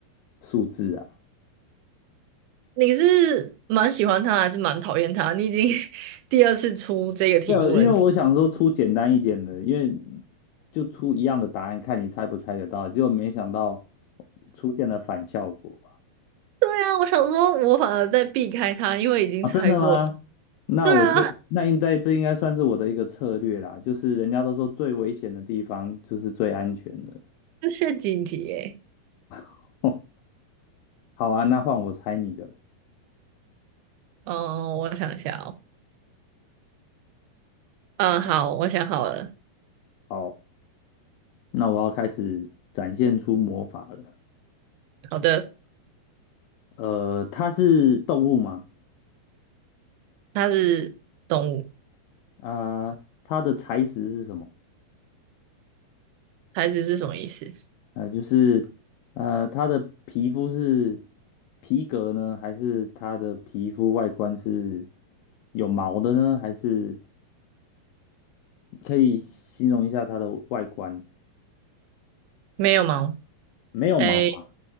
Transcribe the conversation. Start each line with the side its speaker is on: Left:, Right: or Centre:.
Left: 数字啊。
Right: 你是蛮喜欢他还是蛮讨厌他？你已经 <laughs> 第二次出这个题目了，
Left: 没有，因为我想说出简单一点的，
Right: 你
Left: 因为就出一样的答案，看你猜不猜得到，结果没想到出现了反效果。
Right: 对啊，我想说，我反而在避开他，因为已经猜过了。
Left: 啊，真的吗？那我就那应该这应该算是我的一个策略啦，
Right: 对啊，
Left: 就是人家都说最危险的地方就是最安全的。
Right: 这是陷阱题耶。
Left: <laughs> 哦，好啊，那换我猜你的。
Right: 嗯，我想一下哦。嗯，好，我想好了。
Left: 好，那我要开始展现出魔法了。
Right: 好的，
Left: 呃，它是动物吗？
Right: 他是动物，
Left: 啊、它的材质是什么？
Right: 孩子是什么意思？
Left: 呃，就是呃，它的皮肤是皮革呢，还是它的皮肤外观是有毛的呢？还是可以形容一下它的外观？
Right: 没有毛。
Left: 没有毛啊，
Right: 诶，